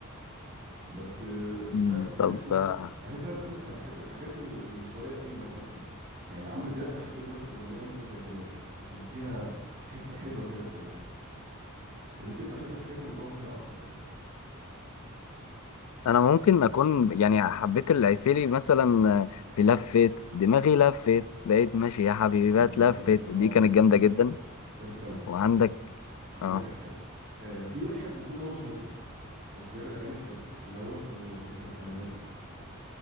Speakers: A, on the right (about 45°); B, on the left (about 75°).
A: بس آه، مش
B: مم،
A: عارف بحس
B: طب
A: ان
B: آه،
A: بحس انا بص انا بحب الحاجات اللي, اللي شويه ايه متعوب فيها يعني عمرو دياب بحب له مثلا اغنيه مثلا زي جماله عشان فيها حته حلوه كده في اللحن فيمكن بحب الحاجات اللي متعوب فيها اكتر يعني
B: انا ممكن اكون يعني حبيت العسيلي مثلا آه، في لفت دماغي لفت بقيت ماشي يا حبيبي
A: دي
B: بقى اتلفت
A: جت لفت
B: دي
A: اه ما
B: كانت
A: دي كانت
B: جامده
A: حلوه
B: جدا
A: طب استنى استنى
B: وعندك
A: هقول
B: اه
A: لك على حاجه آه في واحد المفروض ان هو مش مطرب بس بيعمل اغاني حلوه اللي هو اسمه بتاع الاعلانات ده